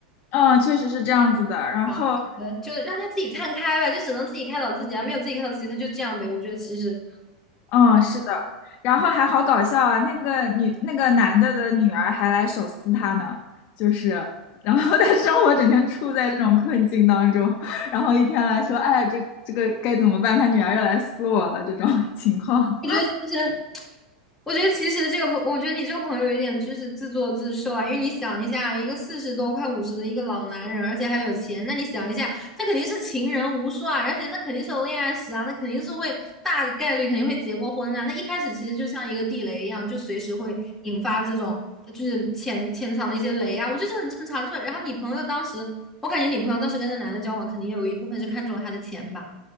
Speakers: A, on the left; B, in the centre.
A: 嗯，确实是这样子的。然后
B: 哇呃就让他自己看开吧，就只能自己开导自己啊，没有自己开导自己，他就这样呗。我觉得其实，
A: 嗯，是的，然后还好搞笑啊，那个女那个男的的女儿还来手撕他呢，就是，然后 <laughs> 他生活整天处在这种困境当中，然后一天来说，哎，这这个该怎么办？他女儿又来撕我了，这种 <laughs> 情况。
B: 我觉得其实。我觉得其实这个朋，我觉得你这个朋友有点就是自作自受啊，因为你想一下，一个四十多快五十的一个老男人，而且还有钱，那你想一下，他肯定是情人无数啊，而且那肯定是有恋爱史啊，那肯定是会大概率肯定会结过婚啊，那一开始其实就像一个地雷一样，就随时会引发这种就是潜潜藏的一些雷啊，我觉得这很正常。就然后你朋友当时，我感觉你朋友当时跟那男的交往，肯定也有一部分是看中了他的钱吧。